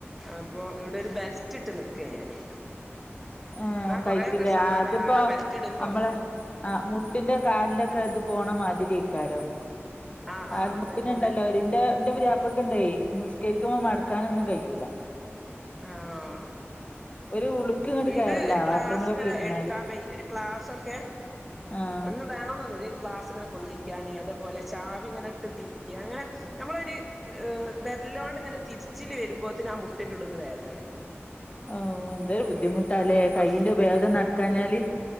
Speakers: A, in the centre; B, on the left (about 30°).
A: അപ്പോൾ ഇവിട ഒരു ബെൽറ്റ് ഇട്ട് നിൽക്കാ ഞാന്
B: ആഹ്
A: എന്നാ
B: കയ്ക്കില്ലേ
A: കൊറേയൊക്കെ ഒരു സമാധാനാണ്
B: അതിപ്പോ
A: ആ ബെൽറ്റ് ഇടുമ്പോ
B: നമ്മള് ആഹ് മുട്ടിന്റെ കാലിന്റെ ഒക്കെ ഇത് പോണ മാതിരി ഇക്കാരം
A: ആ
B: കാൽ
A: ആ
B: മുട്ടിനുണ്ടല്ലോ
A: അതേപോലെ
B: ഇതിന്റ ഇന്റെ പുതിയാപ്പിളക്ക് ഇണ്ടേ നിസ്കരിക്കുമ്പോ മടക്കാനൊന്നും കഴിയൂല
A: ആഹ്
B: ഒരു <unintelligible> കേറലാ
A: ഇത് ഒരു ക്ലാസ്
B: ബാത്റൂമിലൊക്കെ
A: ഇങ്ങനെ
B: ഇരുന്നാല്
A: എടുക്കാൻ പൊയി ഒരു ക്ലാസ്സൊക്കെ
B: ആഹ്
A: ഒന്ന് വേണോന്നൊന്നും ഒരു ക്ലാസ് ഇങ്ങനെ പൊന്തിക്കാന് അതേ പോലെ ചവി ഇങ്ങനെ ഇട്ട് തിരിക്കാ അങ്ങനെ നമ്മളൊരു ഏഹ് വെരലോണ്ട് ഇങ്ങനെ തിരിച്ചില് വരുമ്പോത്തെന് ആ മുട്ടിന്റെ ഉള്ളിന്ന് വേദന
B: ഓ എന്തോരു ബുദ്ധിമുട്ട അല്ലേ
A: ആ അപ്പം
B: കയ്യിന്റെ ഉപയോഗം നടക്കാഞ്ഞാല്